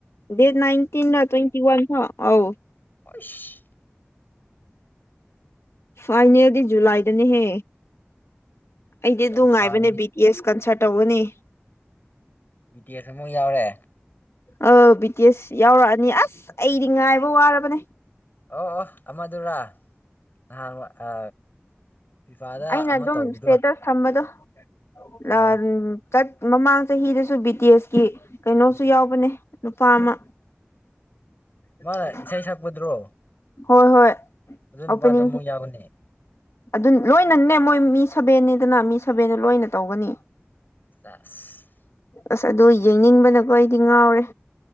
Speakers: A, on the left (about 80°); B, on the left (about 45°).
A: ꯗꯦꯠ ꯅꯥꯏꯟꯇꯤꯟ ꯔ ꯇ꯭ꯋꯦꯟꯇꯤ ꯋꯥꯟ ꯐꯥꯎ ꯑꯧ
B: ꯏꯁ
A: ꯐꯥꯏꯅꯦꯜꯗꯤ ꯖꯨꯂꯥꯏꯗꯅꯦꯍꯦ ꯑꯩꯗꯤ
B: ꯌꯥꯝ
A: ꯉꯥꯏꯕꯅꯦ
B: ꯁꯥꯡꯉꯤ
A: ꯕꯤ ꯌꯦꯁ ꯀꯟꯁꯔꯇ ꯇꯧꯒꯅꯤ
B: ꯕꯤ ꯇꯤ ꯑꯦꯁ ꯑꯃꯨꯛ ꯌꯥꯎꯔꯦ
A: ꯑ ꯕꯤ ꯇꯤ ꯑꯦꯁ ꯌꯥꯎꯔꯛꯑꯅꯤ ꯑꯁ ꯑꯩꯗꯤ ꯉꯥꯏꯕ ꯋꯥꯔꯕꯅꯦ
B: ꯑꯣ ꯑꯣ ꯑꯃꯗꯨꯔꯥ ꯅꯍꯥꯟ ꯑ ꯐꯤꯐꯥꯗ
A: ꯑꯩꯅ
B: ꯑꯃꯥ
A: ꯑꯗꯨꯝ
B: ꯇꯧꯕꯗꯣ
A: ꯏꯁꯇꯦꯇꯁ ꯊꯝꯕꯗꯣ
B: ꯑꯣ
A: ꯂꯥꯟ ꯆꯠ ꯃꯃꯥꯡ ꯆꯍꯤꯗꯁꯨ ꯕꯤ ꯇꯤ ꯇꯤ ꯑꯦꯁ ꯀꯤ ꯀꯩꯅꯣꯁꯨ
B: ꯎꯝ
A: ꯌꯥꯎꯕꯅꯦ ꯅꯨꯄꯥ ꯑꯃꯥ
B: ꯃꯥꯅ
A: <unintelligible>
B: ꯏꯁꯩ ꯁꯛꯄꯗꯨꯔꯣ
A: ꯍꯣꯏ ꯍꯣꯏ
B: ꯑꯗꯨ ꯅꯨꯄꯥꯗꯣ
A: ꯑꯣꯄꯅꯤꯡ
B: ꯑꯃꯨꯛ ꯌꯥꯎꯕꯅꯦ
A: ꯑꯗꯨ ꯂꯣꯏꯅꯅꯦ ꯃꯣꯏ ꯃꯤ ꯁꯕꯦꯟꯅꯤꯗꯅ ꯃꯤ ꯁꯚꯦꯟꯗꯣ ꯂꯣꯏꯅ ꯇꯧꯒꯅꯤ
B: ꯇꯁ
A: ꯑꯁ ꯑꯗꯨ ꯌꯦꯡꯅꯤꯡꯕꯅꯀꯣ ꯑꯩꯗꯤ ꯉꯥꯎꯔꯦ